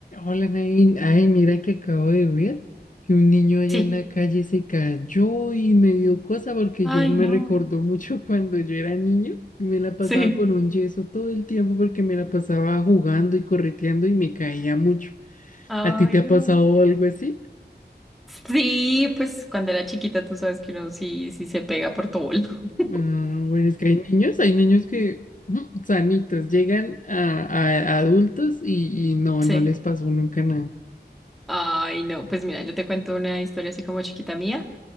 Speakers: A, on the left (about 50°); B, in the centre.
A: Hola, Nain. Ay, mira que acabo de ver que un niño allá
B: Sí.
A: en la calle se cayó y me dio cosa porque
B: Ay,
A: yo me
B: no.
A: recordó mucho <laughs> cuando yo era niño y me la pasaba
B: Sí.
A: con un yeso todo el tiempo porque me la pasaba jugando y correteando y me caía mucho.
B: Ay,
A: ¿A ti te ha
B: no.
A: pasado algo así?
B: Sí, pues cuando era chiquita tú sabes que uno sí, sí se pega por todo. <laughs>
A: Ah, bueno, es que hay niños, hay niños que mm, sanitos llegan a, a adultos y, y no,
B: Sí.
A: no les pasó nunca nada.
B: Ay, no. Pues mira, yo te cuento una historia así como chiquita mía.